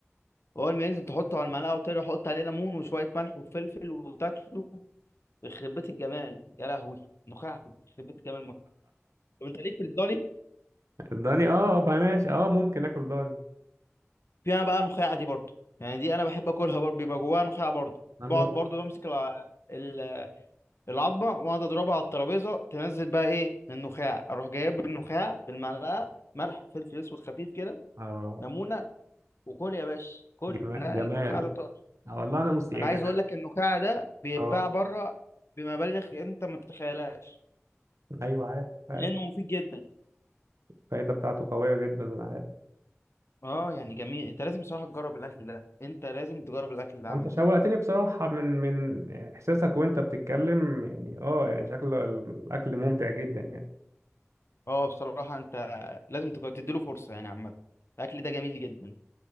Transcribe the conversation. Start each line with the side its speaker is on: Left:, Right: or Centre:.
Left: واول ما ينزل تحطه على المعلقه وتقعد تحط عليه ليمون وشويه ملح وفلفل وتاكله يخرب بيت الجمال يا لهوي نخاع يخرب بيت الجمال موت. طب انت ليك في الضاني
Right: الضاني اه آه، بقى ماشي اه ممكن اكل ضاني
Left: فيها بقى نخاع دي برضه يعني دي انا بحب اكلها برضه بيبقى جواها نخاع برضه
Right: انا
Left: بقعد
Right: بخ...
Left: برضه بمسك الع- ال- العظمه واقعد اضربها على الترابيزه تنزل بقى ايه النخاع اروح جايب النخاع بالمعلقه ملح فلفل اسود خفيف كده
Right: اه
Left: ليمونه وكل يا باشا كل
Right: جمال
Left: لا
Right: جمال
Left: النخاع ده طار
Right: آه والله انا مست يعني
Left: انا عايز
Right: انا
Left: اقول لك النخاع ده بيتباع
Right: اه
Left: بره بمبالغ انت ما تتخيلهاش
Right: ايوه عارف عارف
Left: لانه مفيد جدا
Right: الفايده بتاعته قويه جدا انا عارف
Left: اه يعني جميل انت لازم بصراحه تجرب الاكل ده انت لازم تجرب الاكل ده
Right: وانت
Left: عامه
Right: شوقتني بصراحه من من احساسك وانت بتتكلم يعني اه يعني شكل الاكل ممتع جدا يعني
Left: اه بصراحه انت لازم تج- تديله فرصه يعني عامه الاكل ده جميل جدا